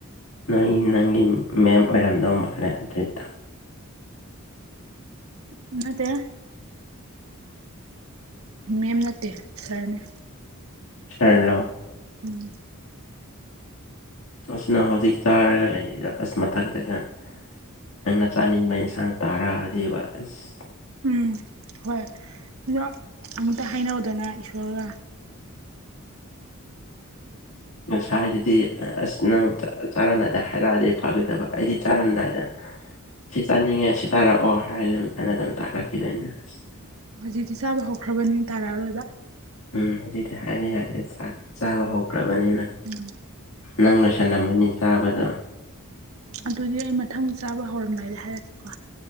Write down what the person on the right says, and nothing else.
ꯅꯠꯇꯦ ꯃꯦꯝ ꯅꯠꯇꯦ ꯁꯥꯔꯅꯦ
ꯎꯝ
ꯎꯝ ꯍꯣꯏ ꯑꯗꯣ ꯑꯃꯨꯛꯇ ꯍꯥꯏꯅꯧꯗꯅ ꯏꯁꯣꯔꯒ
ꯑꯣ ꯍꯧꯖꯤꯛꯇꯤ ꯆꯥꯕ ꯍꯧꯈ꯭ꯔꯕꯅꯤꯅ ꯇꯥꯔꯛꯑꯔꯣꯏꯕ
ꯎꯝ
ꯑꯗꯨꯗꯤ ꯑꯩ ꯃꯊꯪ ꯆꯥꯕ ꯍꯧꯔꯝꯗꯥꯏꯗ ꯍꯥꯏꯔꯛꯀꯦꯀꯣ